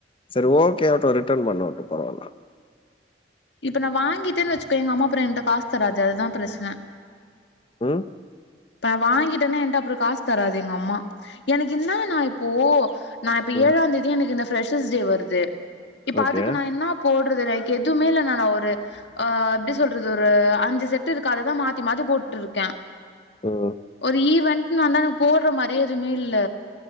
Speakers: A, on the left; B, on the left.
A: செரி ஓகே ஆடோ ரிட்டன் பண்ணடோ பரவால்ல
B: இப்ப நா வாங்கிட்டனு வெச்சுக்கோயே எங்க அம்மாப்பறோ என்ட்ட காசு தராது அதுதா பிரச்சன
A: ம்
B: இப்ப நா வாங்கிட்டனா என்ட்ட அப்றோ காசு தராது எங்க அம்மா எனக்கு இன்னானா இப்போ நா இப்ப
A: ம்
B: ஏழாந் தேதி எனக்கு இந்த ஃப்ரெஷர்ஸ் டே வர்து இப்ப
A: ஓகே
B: அதுக்கு நா என்னா போட்றது லைக்கு எதுவுமே இல்ல நானா ஒரு ஆ எப்டி சொல்றது ஒரு அஞ்சு செட்டு இருக்கு அததா மாத்தி மாத்தி போட்டுட்டு இருக்கே
A: ம்
B: ஒரு ஈவென்ட்ன் வந்தா எனக்கு போட்ற மாரியே எதுவுமே இல்ல